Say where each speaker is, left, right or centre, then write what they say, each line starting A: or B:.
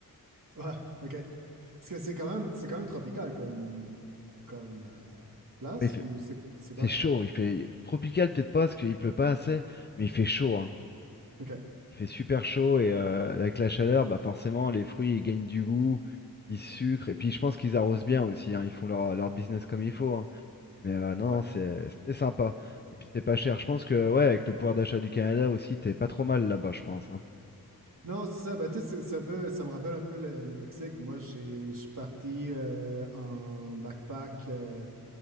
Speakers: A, on the right; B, on the left.
A: Ouais, OK. Parce que c'est quand même, c'est quand même tropical comme, comme euh, place
B: Ouais, il fait-
A: ou c'est c'est quoi?
B: c'est chaud, il fait tropical peut-être pas parce qu'il pleut pas assez, mais il fait chaud. hein.
A: OK.
B: Il fait super chaud et euh, avec la chaleur, bah forcément, les fruits, ils gagnent du goût, ils sucrent. Et puis, je pense qu'ils arrosent bien aussi. hein, Ils font leur, leur business comme il faut. hein. Mais euh, non,
A: Ouais.
B: c'est- c'était sympa. Et puis, c'est pas cher. Je pense que, ouais, avec le pouvoir d'achat du Canada aussi, t'es pas trop mal là-bas, je pense. hein.
A: Non, c'est ça. Ben, tu sais, c'est- ça peut, ça me rappelle un peu le, le Mexique. Moi, j'ai, je suis parti euh, en backpack. euh,